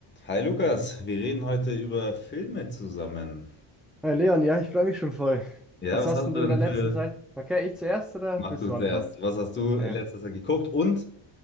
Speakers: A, on the left (about 25°); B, in the centre.
A: Hi Lukas, wir reden heute über Filme zusammen.
B: Hi Leon, ja, ich freue mich schon voll.
A: Ja,
B: Was
A: was
B: hast
A: hast
B: denn
A: du
B: du
A: denn
B: in der
A: für...
B: letzten Zeit? Okay, ich zuerst oder
A: Mach
B: willst
A: du
B: du anfangen?
A: zuerst. Was hast du
B: Okay.
A: in letzter Zeit geguckt? Und